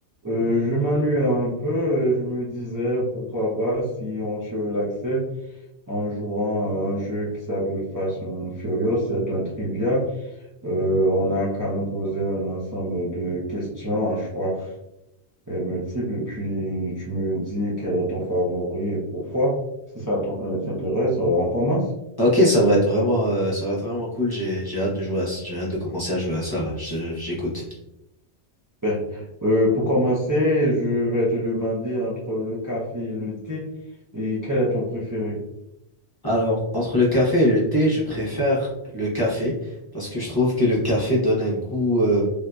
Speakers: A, on the right (about 20°); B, on the left (about 25°).
A: Euh, je m'ennuyais un peu, euh, je me disais pourquoi pas si on se relaxait en jouant à un jeu qui s'appelle Fast and Furious, c'est un trivia. Euh, on a qu'à nous poser un ensemble de questions à choix euh, multiples et puis tu me dis quel est ton favori et pourquoi. Si ça t'en- euh, t'intéresse, euh, on commence.
B: Ok, ça va être vraiment, euh, ça va être vraiment cool. J'ai, j'ai hâte de jouer à, c- j'ai hâte de commencer à jouer à ça là. Je- J'écoute.
A: Ben, euh, pour commencer, je vais te demander entre le café et le thé et quel est ton préféré?
B: Alors, entre le café et le thé, je préfère le café parce que je trouve que le café donne un goût, euh,